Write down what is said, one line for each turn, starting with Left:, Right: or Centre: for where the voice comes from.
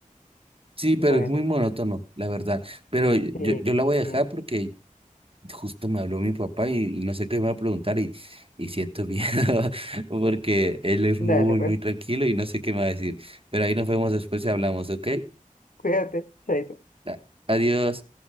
Right: Sí,
Left: Bueno,
Right: pero es muy monótono, la verdad. Pero yo,
Left: sí,
Right: yo yo la voy a dejar
Left: sí.
Right: porque justo me habló mi papá y, y no sé qué me va a preguntar y, y siento miedo <laughs> porque él es
Left: Dale,
Right: muy,
Left: pues,
Right: muy tranquilo y no sé qué me va a decir. Pero ahí nos vemos después y hablamos, ¿ok?
Left: cuídate, chaito.
Right: A- Adiós.